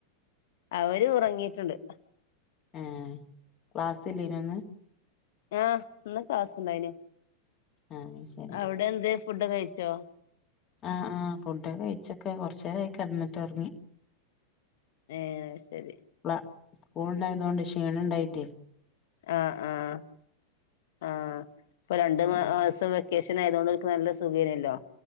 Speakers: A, on the left; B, on the left.
A: അവര് ഉറങ്ങിയിട്ട്ണ്ട്.
B: ഏഹ്. ക്ലാസ്സില്ലേനൊ ഇന്ന്?
A: ആഹ്. ഇന്ന് ക്ലാസുണ്ടായിനു
B: ആഹ് ശരി
A: അവടെന്തെ ഫുഡൊക്കെ കഴിച്ചോ?
B: ആഹ് ആഹ്. ഫുഡൊക്കെ കഴിച്ചൊക്കെ കൊർചേരായി കെടന്ന്ട്ട് ഒർങ്ങി.
A: ഏഹ്. അഹ് ശെരി
B: പ്ല. സ്കൂൾണ്ടായതോണ്ട് ഷീണണ്ടായിറ്റേ.
A: ആഹ് ആഹ് ആഹ് പ്പരണ്ട് മാസം
B: ഉം
A: വെ ക്കേഷനായതോണ്ട് ഓൽക്ക് നല്ല സുഖേനല്ലോ